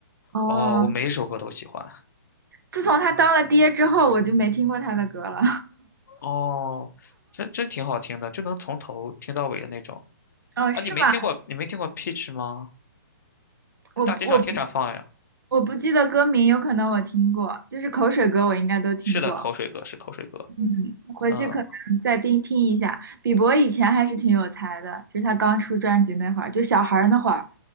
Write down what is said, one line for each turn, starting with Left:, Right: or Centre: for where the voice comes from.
Right: 哦，
Left: 哦，我每首歌都喜欢。
Right: 自从他当了爹之后，我就没听过他的歌了。
Left: 哦，真真挺好听的，就能从头听到尾的那种。
Right: <laughs> 哦，
Left: 啊，
Right: 是吗？
Left: 你没听过你没听过 Peach 吗？在大街上经常放呀。
Right: 我我不我不记得歌名，有可能我听过，就是口水歌，我应该都听过。
Left: 是的，口水歌是口水歌。
Right: 嗯，回去可能再听听一下。
Left: 嗯，
Right: 比伯以前还是挺有才的，就是他刚出专辑那会儿，就小孩儿那会儿。